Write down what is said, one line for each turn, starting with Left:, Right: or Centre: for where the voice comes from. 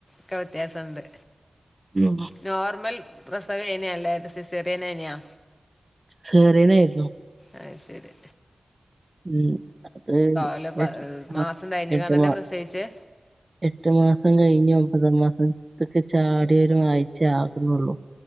Left: ക്ക വ്യത്യാസൊണ്ട്.
Right: <inaudible>
Left: നോർമൽ പ്രസവേനെയല്ലേ സിസറിയനേനെയോ
Right: ചെറിയനായിരുന്നു
Left: അയ് ശെരി
Right: ഉം അത് <inaudible>
Left: അല്ല പ മാസം കഴിഞ്ഞ്
Right: കേട്ടുവാ
Left: കാണ്ടന്നെ പ്രസവിച്ചേ
Right: എട്ട് മാസം കഴിഞ്ഞ് ഒമ്പത് മാസം ത്ക് ചാടിയൊരു ആഴ്ച യാകുന്നുള്ളൂ.